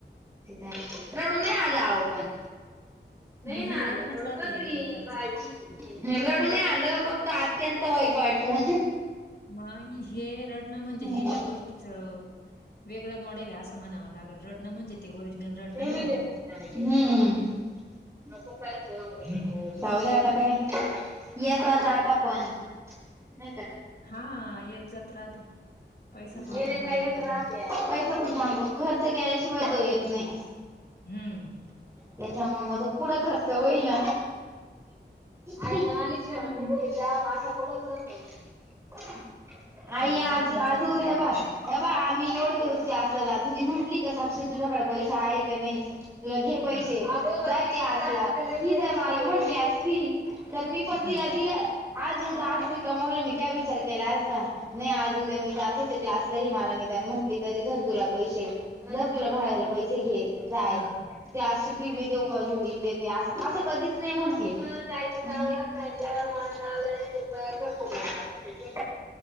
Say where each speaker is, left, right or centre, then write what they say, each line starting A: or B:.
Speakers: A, on the right (about 15°); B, on the left (about 60°).
A: तथ आहे रडून नाही आल आवो पण नाही
B: मग
A: ना
B: हे
A: आले
B: रडणंच
A: रडू
B: राहतं
A: कस
B: एक
A: येईल
B: प्रकारचं.
A: बाय <unintelligible> ह रडून नही आलं फक्त आत्यंत वाईट वाटलं.
B: म ही हे रडणं म्हणजे
A: मी
B: हे या गोष्टीच वेगळं मॉडेल हे आसं म्हणावं लागेल रडन म्हणजे ते ओरिजिनल रडना
A: म्हणले
B: नाही हो.
A: होते हम्म. <inaudible> नको काय जाऊ द्या आता काय येत जाता पण नाही का?
B: हा येत जात राहतो, पैसा कूट
A: गेले
B: थांबत
A: येत
B: राहतो
A: राहत्या.
B: का?
A: पैसा कुठे थांबतो. खर्च केल्याशिवाय तो येत नाही.
B: हम्म!
A: त्याच्यामुळे तर तो पुढे खर्च होईल ना, आईने मागितलं. आज पुढे कर्तव्य आहे बाई,
B: काय बाप्पा
A: आई
B: तुमची
A: आज,
B: आई
A: उद्या
B: काय
A: ये
B: बोलते?
A: बाई बा आम्ही एवढे दिवस क्लासला जाते. हो ती म्हंटली का साक्षी तुझ्याकडे पैसा आहे का नाही तुला घे. पैसे,
B: हां,
A: जाईल की आज तुला, ही जर मला म्हटली असतील. तर मी पण
B: हां,
A: तिला दिलं. आज, उद्या, आज मी कमवले मी काय विचार केला असता. नाही आज, उद्या मी जातो तिथे क्लासलाही मला निदान म्हटली तरी धर तुला पैसे! थर तुला रहायला पैसे घे जाय.
B: हां.
A: त्यासनी बी देऊ का थोडी देते असं असं कधीच नाही म्हटल. आम्हाला एक रुपया खर्च करू नका तुम्ही!